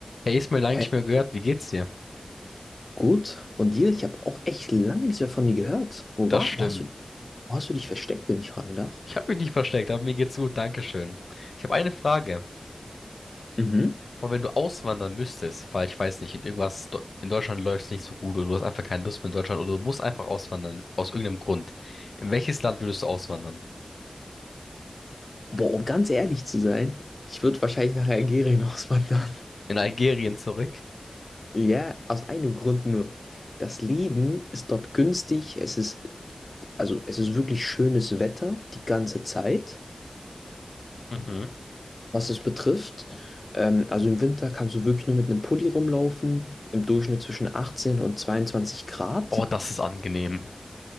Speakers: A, on the left; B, on the left.
A: Hey, ist mir lange
B: Hey,
A: nicht mehr gehört. Wie geht's dir?
B: gut. Und dir? Ich habe auch echt lange nichts mehr von dir gehört. Wo
A: Das
B: war,
A: stimmt.
B: wo hast du, wo hast du dich versteckt, wenn ich fragen darf?
A: Ich habe mich nicht versteckt, aber mir geht's gut. Dankeschön. Ich habe eine Frage.
B: Mhm.
A: Aber wenn du auswandern müsstest, weil ich weiß nicht, in irgendwas do- in Deutschland läuft's nicht so gut oder du hast einfach keine Lust mehr in Deutschland oder du musst einfach auswandern aus irgendeinem Grund. In welches Land würdest du auswandern?
B: Boah, um ganz ehrlich zu sein, ich würde wahrscheinlich nach Algerien <laughs> auswandern.
A: In Algerien zurück?
B: Ja, aus einem Grund nur. Das Leben ist dort günstig. Es ist, also es ist wirklich schönes Wetter die ganze Zeit,
A: Mhm.
B: was es betrifft. Ähm, also im Winter kannst du wirklich nur mit einem Pulli rumlaufen, im Durchschnitt zwischen 18 und 22 Grad.
A: Oh, das ist angenehm.